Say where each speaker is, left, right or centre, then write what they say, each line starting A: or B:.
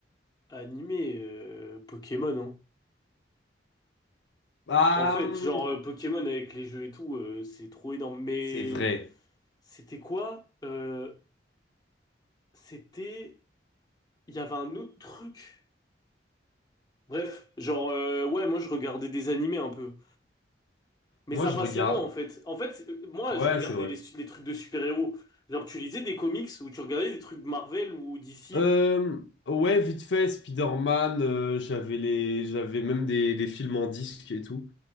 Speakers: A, on the left; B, on the left.
A: Animé, euh, Pokémon, hein.
B: Ah,
A: En fait,
B: hum,
A: genre euh, Pokémon avec les jeux et tout, euh, c'est trop énorme. Mais
B: c'est vrai.
A: c'était quoi? Euh, c'était... Il y avait un autre truc. Bref, genre, euh, ouais, moi je regardais des animés un peu. Mais
B: Moi,
A: ça
B: je
A: passait
B: regarde.
A: moins en fait. En fait, c'est- euh, moi
B: Ouais,
A: je regardais
B: c'est vrai.
A: les, su- les trucs de super-héros. Genre, tu lisais des comics ou tu regardais des trucs Marvel ou DC.
B: Euh, ouais, vite fait, Spider-Man, euh, j'avais les... j'avais même des, des films en disque et tout.